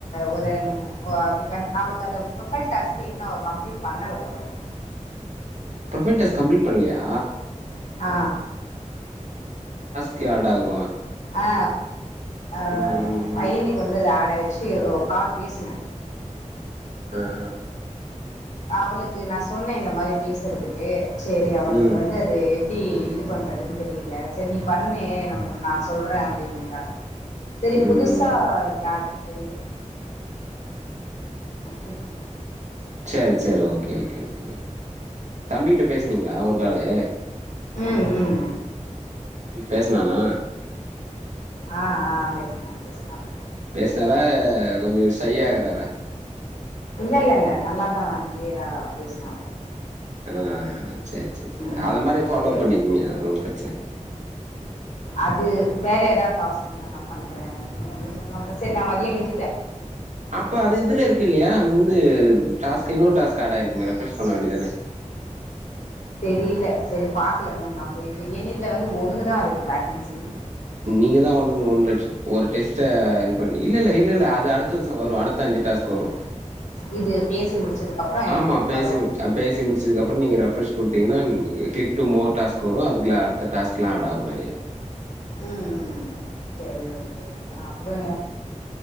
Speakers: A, on the left; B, on the right.
A: ஒரு ரெண்ட ஓ அவளுக்கு அந்த ப்ரொஃபைல் டாஸ்க்கெ இன்னு அவ கம்ப்ளீட் பண்ணல போலருக்
B: ப்ரொஃபைல் டாஸ்க் கம்ப்ளீட் பண்லியா
A: ஆ
B: தி ஆடாகும்
A: ஆ அ‌
B: ம் ம்
A: பையனுக்கு
B: ம்.
A: வந்து அது ஆடாயிச்சி கால் பேசு
B: அ
A: அவளுக்கு நா‌ சொன்னே இந்த மாரி பேசுறதுக்கு சேரி அவளுக்கு
B: ம்
A: வந்து அது ப்டி இது பண்றதுன் தெரியல செர் நீ பண்ணு நம் நா சொல்றே அப்டீன்னுட்டா செரி
B: ம்
A: புதுசா யார் <unintelligible> விட்டுட்ட
B: சேரி சேரி ஓகே கே ஓகே ஓகே தம்பிக்கிட்ட பேசுனிங்ளா ஒரு காலு
A: உம் உம்
B: பேசுனானா
A: ஆ ஆ பேசினார் பேசினார்
B: பேசனாரா கொஞ்ச ஷை ஆகுறாரா
A: இல்லல்ல நல்லாதா க்ளியரா பேசுனா
B: ஆ செ செ செ
A: ம்
B: அது மாரி ஃபாலோ
A: ஓகே
B: பண்ணிக்கங்க அவனுக்கு
A: அது வேற ரிய டாஸ்க் நா பண்றே அப்டி சொன்ன போல சரி ந மதிய விடுக்
B: அப்ப அது இதுல இருக்கு இல்லயா முது டாஸ்க் இன்னொரு டாஸ்க் ஆடாயிருக்குமே ஃரெப்ரெஸ் பண்ண வேண்டிய தனே
A: தெரில சரி பாக்கலன்னு நா போயி என்ன இதுல வந்து ஒண்ணுதா இருக்கு வகன்சி
B: நீங்கதா ஒன்னு ஒன் லட்சம் ஒரு டெஸ்ட்ட இது பண்ண இல்ல இல்ல இல்ல இல்ல அது அடுத்த வரும் அடுத்த அஞ்சு டாஸ்க் வரும்
A: இது பேசி முடிச்சதுக்கப்புறம்
B: ஆமா
A: எ-
B: பேசி
A: வரும்
B: மு பேசி முடிச்சதுக்குப்பற நீங்க ஃரெப்ரெஸ் குடுத்தீங்கன்னா கிளிக் டு மோர் டாஸ்க் வரும் அதுல அடுத்த டாஸ்களாம் ஃஆட் ஆவும்நெறய
A: ம் ம் சரி ஓகே ஓகே அப்பற